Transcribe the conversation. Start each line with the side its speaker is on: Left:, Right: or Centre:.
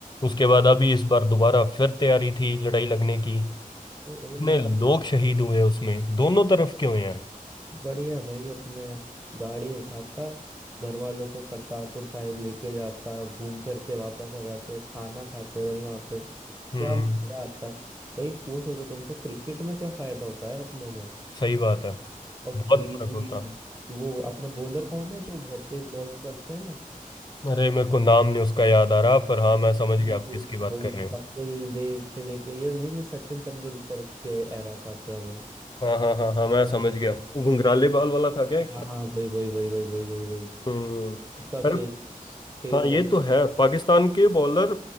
Left: उसके बाद अभी इस बार दोबारा फिर तैयारी थी लड़ाई लगने की
Right: भाई भाई
Left: इतने
Right: मैं
Left: लोग शहीद हुए उसमें दोनों तरफ के हुए हैं
Right: बढ़िया भाई अपने गाड़ी उठाता घर वालों को करतारपुर साहिब लेके जाता घूम फिर के वापस आ जाते खाना खाते वहीं वहां पे
Left: हम्म
Right: क्या मजा आता भाई वो सोचो तुम तो क्रिकेट में क्या फायदा होता है यार अपने में
Left: सही बात है
Right: और
Left: बहुत
Right: फ्रीबी
Left: फर्क होता
Right: वो अपना बॉलर कौन है जो बहुत तेज बॉल करते हैं ना
Left: अरे मेरे को नाम नहीं उसका याद आ रहा पर हाँ मैं समझ गया
Right: जी, जी,
Left: आप किसकी बात
Right: वही
Left: कर रहे हो
Right: कपिल देव से लेके ये नहीं नहीं सचिन तेंदुलकर के एरा का था वो
Left: हाँ हाँ हाँ हाँ मैं समझ गया वो घुंघराले बाल वाला था क्या
Right: हाँ हाँ, वही वही वही वही वही वही वही
Left: हम्म
Right: कितना
Left: अरे
Right: तेज तेज
Left: हाँ
Right: बॉलर
Left: ये तो है पाकिस्तान के बॉलर